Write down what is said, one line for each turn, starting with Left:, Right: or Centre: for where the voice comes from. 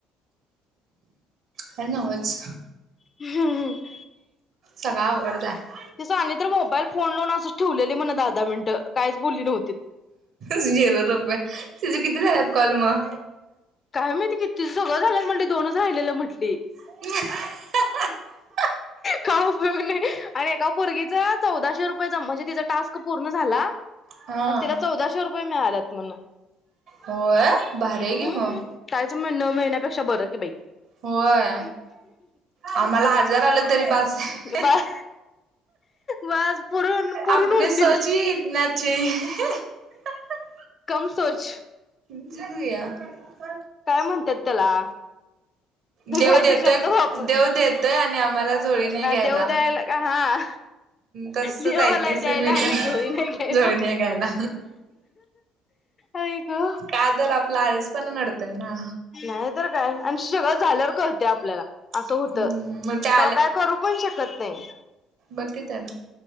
Right: काय न्हवच.
Left: <inaudible>
Right: सगळ अवघडच हाय.
Left: ती सोनी तर मोबाईल फोन लावून असच ठेवलेली म्हण दहा दहा मिनट. काहीच बोलली नव्हतीत,
Right: झीरो रुपये. तूझ किती झाल्यात कॉल मग?
Left: काय माहीती किती? सगळं झाल्यात म्हटली दोनच राहिलेल म्हटली.
Right: <inaudible>
Left: काय उपयोग नाही. आणि एका पोरगीच चौदाशे रुपये जमा म्हणजे तिचा टास्क पूर्ण झाला
Right: हा
Left: आणि तिला चौदाशे रुपये मिळाल्यात म्हण.
Right: होय भारी आहे की
Left: हम्म
Right: मग
Left: कायच न मिळण्यापेक्षा बरं कि बाई.
Right: होय आम्हाला हजार आलं तरी बास आहे.
Left: बास बास पुरून पुरून
Right: आपणी
Left: उरतील.
Right: सोच ही इतना <unintelligible>
Left: कम सोच
Right: तू य <unintelligible>
Left: काय म्हणत्यात त्याला? ते
Right: देव
Left: काही
Right: देतोय
Left: तर शब्द वापर
Right: देव देतोय आणि आम्हाला झोळी नाही घ्यायला.
Left: देव द्यायला का हां.
Right: तसच
Left: देव
Right: आहे
Left: आलाय
Right: ते सुमीला
Left: द्यायला आणि झोळी नाही घ्यायला.
Right: झोळी नाही घ्यायला
Left: आई ग.
Right: का तर आपला आळसपणा नडतोय. ना.
Left: नाही तर काय? अन शगळ झाल्यावर कळतंय आपल्याला. असं
Right: हम्म
Left: होत तवा
Right: मग त्या
Left: काय करू पण शकत नाही.
Right: बाकी तर